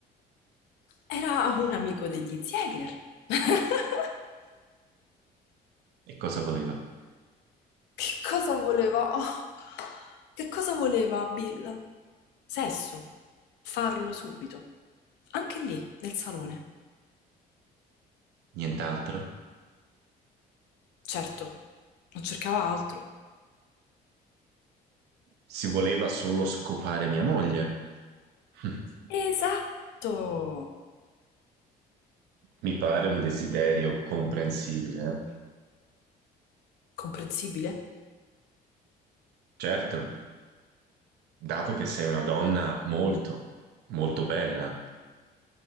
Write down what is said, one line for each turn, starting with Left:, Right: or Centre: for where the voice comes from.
Left: Era un amico degli Ziegler. <laughs>
Right: E cosa voleva?
Left: Che cosa voleva? <laughs> Oh, che cosa voleva Bill? Sesso. Farlo subito. Anche lì, nel salone.
Right: Nient'altro?
Left: Certo, non cercava altro.
Right: Si voleva solo scopare mia moglie. <laughs>
Left: Esatto. Tutto
Right: Mi pare un desiderio comprensibile. eh.
Left: comprensibile?
Right: Certo, dato che sei una donna molto, molto bella.